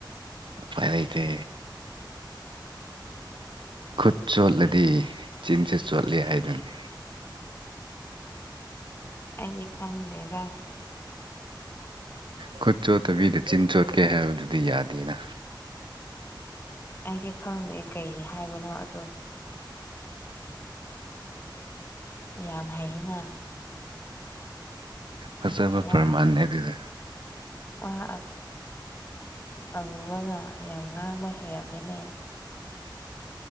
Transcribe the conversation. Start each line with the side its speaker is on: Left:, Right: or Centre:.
Right: ꯑꯄꯥꯏꯂꯩꯇꯦ ꯈꯨꯠ ꯆꯣꯠꯂꯗꯤ ꯆꯤꯟꯁꯦ ꯆꯣꯠꯂ ꯍꯥꯏꯗꯨꯅ
Left: ꯑꯩꯗꯤ ꯈꯪꯗꯦꯗ
Right: ꯈꯨꯠ ꯆꯣꯠꯇꯕꯤꯗ ꯆꯤꯟ ꯆꯣꯠꯀꯦ ꯍꯥꯏꯕꯗꯨꯗꯤ ꯌꯥꯗꯦꯅ
Left: ꯑꯩꯗꯤ ꯈꯪꯗꯦ ꯀꯩ ꯍꯥꯏꯕꯅꯣ ꯑꯗꯣ ꯌꯥꯝ ꯍꯥꯏꯅ
Right: ꯍꯁꯕꯄꯔ
Left: ꯋꯥ
Right: ꯃꯥꯅꯦꯗꯗ
Left: ꯋꯥ ꯑꯔꯨꯕꯒ ꯌꯥꯝ ꯉꯥꯡꯕ ꯍꯩꯔꯝꯃꯤꯅꯦ